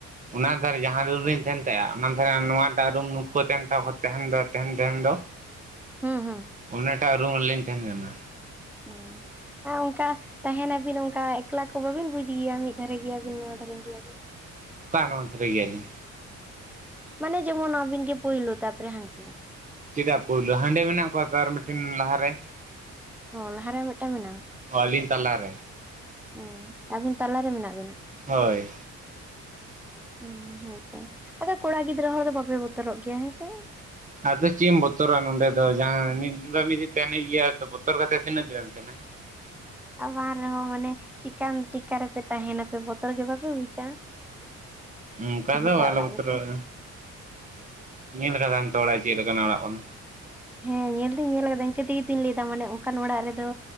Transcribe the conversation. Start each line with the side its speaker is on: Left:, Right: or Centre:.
Right: ᱚᱱᱟ ᱫᱷᱟᱨᱮ ᱡᱟᱦᱟᱸ ᱨᱩᱢᱨᱮᱞᱤᱧ ᱛᱟᱦᱮᱸᱱ ᱛᱟᱦᱮᱫ-ᱟ, ᱚᱱᱟ ᱫᱷᱟᱨᱮ ᱟᱨ ᱱᱚᱣᱟᱴᱟᱜ ᱨᱩᱢ ᱱᱩᱠᱩ ᱠᱚ ᱛᱟᱦᱮᱸᱱ ᱛᱟᱦᱮᱫ ᱟ ᱛᱟᱦᱮᱱ ᱫᱚ ᱛᱟᱦᱮᱱ ᱛᱟᱦᱮᱱ ᱫᱚ᱾ <inaudible>
Centre: ᱦᱮᱸ ᱦᱮᱸ᱾
Right: ᱚᱱᱟᱴᱟᱜ ᱨᱩᱢ ᱨᱮ ᱞᱤᱧ ᱛᱟᱦᱮᱸᱱ ᱠᱟᱱᱟ ᱾
Centre: ᱦᱩᱸ ᱾ ᱟᱨ ᱚᱱᱠᱟ ᱛᱟᱦᱮᱸᱱᱟ ᱟᱹᱵᱤᱱ ᱚᱱᱠᱟ ᱮᱠᱞᱟ ᱠᱚ ᱵᱟᱹᱵᱤᱱ ᱵᱩᱡ ᱜᱮᱭᱟ ᱢᱤᱫ ᱫᱷᱟᱨᱮ ᱜᱮᱭᱟᱵᱤᱱ ᱱᱚᱣᱟ ᱫᱷᱟᱨᱮ ᱜᱮᱭᱟᱵᱤᱱ ᱾
Right: ᱚᱠᱟ ᱱᱟᱣᱟ ᱫᱷᱟᱨᱮ ᱜᱮᱭᱟᱞᱤᱧ᱾
Centre: ᱢᱟᱱᱮ ᱡᱮᱢᱚᱱ ᱟᱵᱤᱱ ᱜᱮ ᱯᱳᱭᱞ ᱛᱟᱨ ᱯᱚᱨᱮ ᱦᱟᱱᱠᱩ ᱾
Right: ᱪᱮᱫᱟᱜ ᱯᱩᱭᱞᱳ ᱦᱟᱸᱰᱮ ᱢᱮᱱᱟᱜ ᱠᱚᱣᱟ ᱛᱚ ᱟᱨ ᱢᱤᱫᱴᱤᱱ ᱞᱟᱦᱟ ᱨᱮ ᱾
Centre: ᱚ ᱞᱟᱦᱟᱨᱮ ᱢᱤᱫᱴᱟᱝ ᱢᱮᱱᱟᱜᱼᱟ?
Right: ᱦᱚᱸ ᱟᱞᱤᱧ ᱛᱟᱞᱟᱨᱮ ᱾
Centre: ᱦᱮᱸ ᱟᱵᱤᱱ ᱛᱟᱞᱟ ᱨᱮ ᱢᱮᱱᱟᱜ ᱵᱤᱱᱟ᱾
Right: ᱦᱳᱭ᱾
Centre: ᱦᱮᱸ ᱦᱮᱸᱛᱚ ᱟᱫᱚ ᱠᱚᱲᱟ ᱜᱤᱫᱽᱨᱟᱹ ᱦᱚᱲ ᱫᱚ ᱵᱟᱯᱮ ᱵᱚᱛᱚᱨᱚᱜ ᱜᱮᱭᱟ ᱦᱮᱸ ᱥᱮ?
Right: ᱟᱫᱚ ᱪᱮᱫ ᱮᱢ ᱵᱚᱛᱚᱨᱟ ᱱᱚᱰᱮ ᱫᱚ ᱡᱟᱦᱟᱸ ᱢᱤᱫᱤᱱ ᱫᱚ ᱢᱤᱫ ᱫᱤᱱ ᱛᱟᱦᱮᱱ ᱜᱮᱭᱟ ᱛᱚ ᱵᱚᱛᱚᱨ ᱠᱟᱛᱮ ᱛᱤᱱᱟᱹᱜ ᱫᱤᱱᱢ ᱛᱟᱦᱮᱱᱟ᱾
Centre: ᱟᱨ ᱵᱟᱝ ᱨᱮᱦᱚᱸ ᱢᱟᱱᱮ ᱪᱤᱠᱠᱟ ᱨᱮᱯᱮ ᱛᱟᱦᱮᱱᱟᱯᱮ ᱵᱚᱛᱚᱨ ᱜᱮ ᱵᱟᱝᱯᱮ ᱵᱩᱡᱟ?
Right: ᱚᱱᱠᱟ
Centre: ᱵᱷᱩᱛᱟᱜ
Right: ᱫᱚ ᱵᱟᱞᱮ
Centre: ᱚᱲᱟᱜ
Right: ᱵᱚᱛᱨᱚᱼᱟ
Centre: ᱞᱮᱠᱟ
Right: ᱧᱮᱞ ᱠᱟᱫᱟᱢ ᱛᱚ ᱚᱲᱟᱜ ᱪᱮᱫᱠᱱᱟᱜ ᱚᱲᱟᱜ ᱠᱟᱱᱟ᱾
Centre: ᱦᱮᱸ ᱧᱮᱞ ᱫᱚ ᱧᱮᱞ ᱟᱠᱟᱫᱟ ᱤᱱᱠᱟᱹ ᱛᱮᱜᱮ ᱛᱤᱧ ᱞᱟᱹᱭ ᱮᱫᱟ ᱢᱟᱱᱮ ᱚᱱᱠᱟᱱ ᱚᱲᱟᱜ ᱨᱮ ᱫᱚ